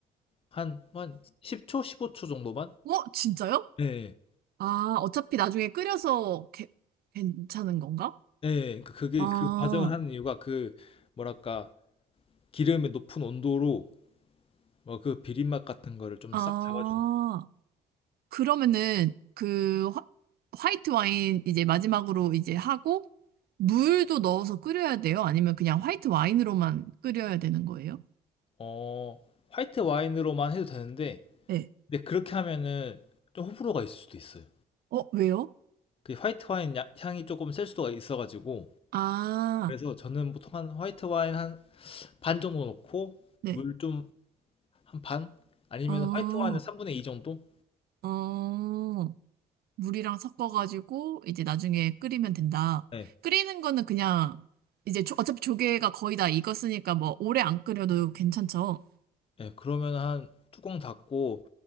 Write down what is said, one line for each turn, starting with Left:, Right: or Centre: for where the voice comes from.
Left: 한 한 10초, 15초 정도만?
Right: 어, 진짜요?
Left: 예, 예.
Right: 아, 어차피 나중에 끓여서 게- 괜찮은 건가?
Left: 예. 그러니까 그게
Right: 아,
Left: 그 과정을 하는 이유가 그 뭐랄까 기름의 높은 온도로 뭐 그 비린맛 같은 거를 좀
Right: 아.
Left: 싹 잡아주는 거예요.
Right: 그러면은 그 화, 화이트 와인 이제 마지막으로 이제 하고 물도 넣어서 끓여야 돼요? 아니면 그냥 화이트 와인으로만 끓여야 되는 거예요?
Left: 어, 화이트 와인으로만 해도 되는데
Right: 네.
Left: 근데 그렇게 하면은 좀 호불호가 있을 수도 있어요.
Right: 어, 왜요?
Left: 그 화이트 와인 야- 향이 조금 셀 수도 있어가지고
Right: 아,
Left: 그래서 저는 보통 한 화이트 와인 한 반 정도 넣고
Right: 네.
Left: 물 좀 한 반? 아니면
Right: 어,
Left: 화이트 와인은 3분의 2 정도?
Right: 어. 물이랑 섞어가지고 이제 나중에 끓이면 된다.
Left: 네.
Right: 끓이는 거는 그냥 이제 조- 어차피 조개가 거의 다 익었으니까 뭐 오래 안 끓여도 괜찮죠?
Left: 예, 그러면 한 뚜껑 닫고